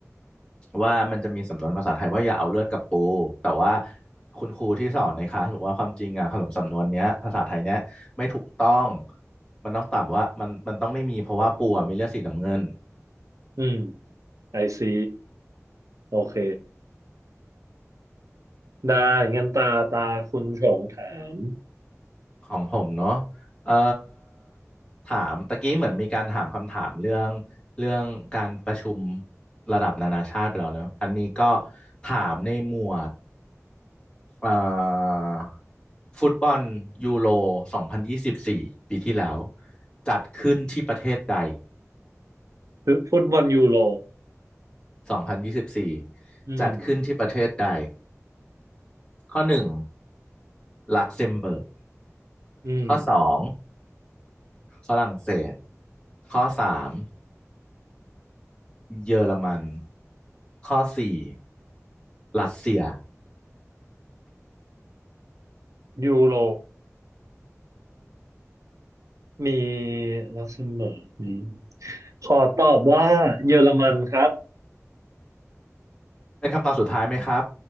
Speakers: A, on the left; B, on the right.
A: ว่ามันจะมีสำนวนภาษาไทยว่าอย่าเอาเลือดกับปูแต่ว่าคุณครูที่สอนในคลาสบอกว่าความจริงอ่ะคำสำนวนเนี้ยภาษาไทยเนี้ยไม่ถูกต้องมันต้องตอบว่ามันมันต้องไม่มีเพราะว่าปูอ่ะมีเลือดสีน้ำเงิน
B: อืมไอซีโอเคได้งั้นตาตาคุณชงถาม
A: ของผมเนาะเอ่อถามตะกี้เหมือนมีการถามคำถามเรื่องเรื่องการประชุมระดับนานาชาติไปแล้วเนอะอันนี้ก็ถามในหมวดเอ่อฟุตบอลยูโร2024ปีที่แล้วจัดขึ้นที่ประเทศใด
B: คือฟุตบอลยูโร
A: 2024
B: อืม
A: จัดขึ้นที่ประเทศใดข้อหนึ่งลักเซมเบิร์ก
B: อืม
A: ข้อสองฝรั่งเศสข้อสาม เยอรมันข้อสี่รัสเซีย
B: ยูโรมีลักเซมเบิร์กมีขอตอบว่าเยอรมันครับ
A: เป็นคำตอบสุดท้ายไหมครับ